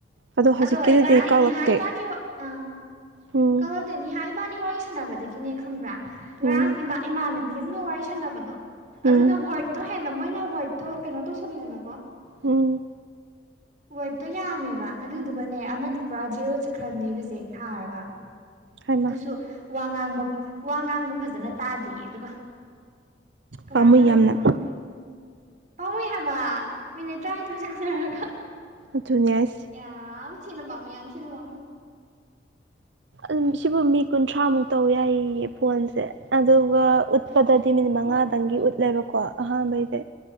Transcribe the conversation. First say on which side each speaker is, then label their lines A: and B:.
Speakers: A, on the right (about 75°); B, on the right (about 40°).
A: ꯑꯗꯣ ꯍꯧꯖꯤꯛꯀꯤꯗꯨꯗꯤ
B: ꯑꯗꯣꯏ ꯉꯔꯥꯡ
A: ꯀꯛꯂꯛꯇꯦ
B: ꯅꯤꯍꯥ ꯍꯥꯏꯕꯅꯤ ꯑꯣ ꯑꯥ
A: ꯎꯝ
B: ꯀꯛꯂꯛꯇꯦ ꯅꯤꯍꯥ ꯏꯕꯥꯅꯤ ꯋꯥꯔꯤ ꯁꯥꯟꯅꯕꯗꯒꯤꯅꯦ ꯈꯪꯕ꯭ꯔꯥ ꯉꯔꯥꯡ
A: ꯎꯝ
B: ꯏꯕꯥ ꯏꯃꯥꯟꯅꯕꯤ ꯑꯝꯒ ꯋꯥꯔꯤ ꯁꯥꯟꯅꯕꯗꯣ
A: ꯎꯝ
B: ꯑꯗꯨꯅ ꯋꯥ꯭ꯔꯗꯇꯣ ꯍꯦꯟꯅ ꯃꯣꯏꯅ ꯋꯥ꯭ꯔꯗ ꯇꯣ ꯀꯩꯅꯣ ꯇꯧꯁꯤꯜꯂꯤꯗꯅꯀꯣ
A: ꯎꯝ
B: ꯋꯥ꯭ꯔꯗꯇꯣ ꯌꯥꯝꯃꯦꯕ ꯑꯗꯨꯗꯨꯒꯅꯦ ꯑꯃꯗꯤ ꯄꯨꯔꯥ ꯖꯦꯔꯣ ꯆꯠꯈ꯭ꯔꯝꯅꯦ ꯔꯤꯖꯦꯛ ꯊꯥꯔꯒ
A: ꯍꯥꯏꯃ
B: ꯑꯗꯨꯁꯨ ꯋꯥ ꯉꯥꯡꯕ ꯐ ꯋꯥ ꯉꯥꯡꯕ ꯐꯖꯅ ꯇꯥꯗꯦꯌꯦ ꯑꯗꯨꯒ ꯀꯃꯥꯏꯟ
A: ꯄꯥꯝꯃꯨꯏ
B: ꯇꯧꯔꯤꯅꯣ
A: ꯌꯥꯝꯅ
B: ꯈꯪꯗꯦ ꯄꯥꯝꯃꯨꯏ ꯍꯥꯏꯕ ꯃꯤꯅꯤꯠ ꯇ꯭ꯔꯥꯏꯠꯊꯣꯏ ꯁꯥꯟꯅꯔꯒ
A: ꯑꯗꯨꯅꯦ ꯍꯥꯏꯁꯦ
B: ꯌꯥꯝ ꯊꯤꯅ ꯄꯥꯝꯃꯨꯏ ꯌꯥꯝ ꯊꯥꯅ ꯄꯥꯝꯃꯨꯏ ꯌꯥꯝ
A: ꯑꯟ ꯁꯤꯕꯨ ꯃꯤ ꯀꯨꯟꯊ꯭ꯔꯥꯃꯨꯛ ꯇꯧ ꯌꯥꯏꯌꯦꯌꯦ ꯐꯣꯟꯁꯦ ꯑꯗꯨꯒ ꯎꯠ ꯄꯗꯗꯤ ꯃꯤꯅꯤꯠ ꯃꯉꯥꯗꯪꯒꯤ
B: ꯑꯥ
A: ꯎꯠꯂꯦꯕꯀꯣ ꯑꯍꯥꯟꯕꯩꯗꯤ